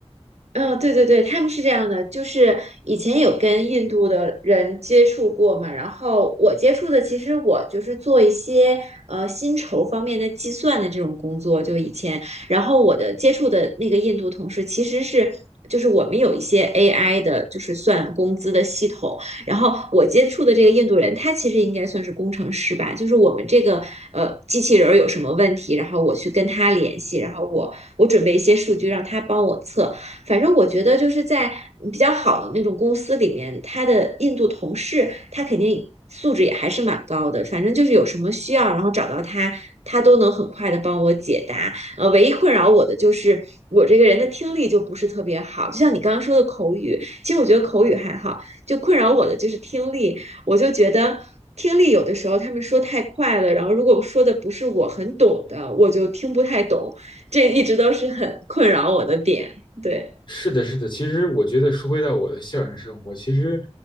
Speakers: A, on the right (about 85°); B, on the left (about 45°).
A: 嗯，对对对，他们是这样的，就是以前有跟印度的人接触过嘛，然后我接触的其实我就是做一些呃薪酬方面的计算的这种工作，就以前，然后我的接触的那个印度同事其实是。就是我们有一些 AI 的，就是算工资的系统。然后我接触的这个印度人，他其实应该算是工程师吧。就是我们这个呃机器人儿有什么问题，然后我去跟他联系，然后我我准备一些数据让他帮我测。反正我觉得就是在比较好的那种公司里面，他的印度同事他肯定素质也还是蛮高的。反正就是有什么需要，然后找到他，他都能很快的帮我解答。呃，唯一困扰我的就是我这个人的听力就不是特别好，就像你刚刚说的口语，其实我觉得口语还好，就困扰我的就是听力，我就觉得。听力有的时候他们说太快了，然后如果说的不是我很懂的，我就听不太懂，这一直都是很困扰我的点。对，
B: 是的，是的。其实我觉得说回到我的校园生活，其实，